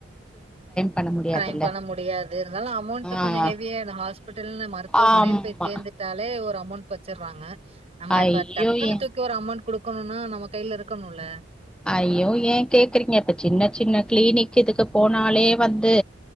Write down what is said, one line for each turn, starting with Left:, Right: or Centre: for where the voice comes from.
Centre: பண்ண முடியாதுல்ல
Right: கிளைம் பண்ண முடியாது இருந்தாலும் அமௌண்ட்
Centre: ஆ
Right: கொஞ்சம் ஹெவியா இந்த ஹாஸ்பிட்டல் மருத்துவமனை
Centre: ஆமா
Right: போய் சேந்துட்டாலே <inaudible> ஒரு அமௌண்ட் வச்சடுறாங்க நம்ம
Centre: ஐயோ
Right: இப்ப தக்குன்னு
Centre: எ
Right: தூக்கி ஒரு அமெண்ட் குடுக்குணுனா நம்ம கையில இருக்கணுல
Centre: ஐயோ ஏன் கேக்குறீங்க இப்ப சின்ன சின்ன கிளினிக் இதுக்கு போனாலே வந்து